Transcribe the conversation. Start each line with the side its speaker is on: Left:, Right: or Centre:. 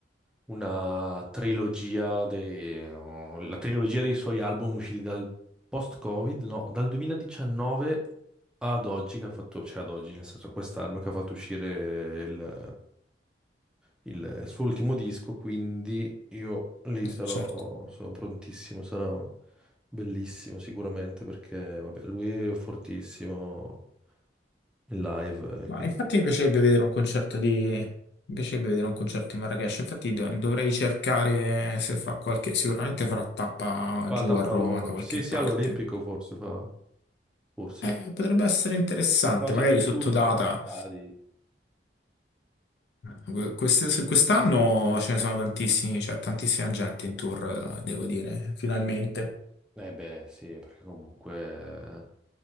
Centre: una trilogia de- oh, la trilogia dei suoi album usciti dal post-Covid, no, dal 2019 ad oggi che ha fatto, cioè ad oggi, nel senso quest'anno che ha fatto uscire il, il suo ultimo disco, quindi io lì sarò,
Left: certo.
Centre: sarò prontissimo, sarà bellissimo sicuramente perché vabbè, lui è fortissimo in live e
Left: Ma
Centre: quindi
Left: infatti mi piacerebbe vedere un concerto di... mi piacerebbe vedere un concerto di Marrakesh, infatti do- dovrei cercare se fa qualche... sicuramente farà tappa
Centre: fa
Left: giù
Centre: tappa
Left: a Roma
Centre: a Roma.
Left: da qualche
Centre: Sì, sì,
Left: parte.
Centre: all'Olimpico forse fa, forse.
Left: Eh, potrebbe essere interessante,
Centre: che sta facendo
Left: magari
Centre: il
Left: sotto
Centre: tour
Left: data.
Centre: degli stadi.
Left: Que- queste- Quest'anno ce ne sono tantissimi, c'è tantissima gente in tour, eh, devo dire, finalmente.
Centre: Eh beh, sì, perché comunque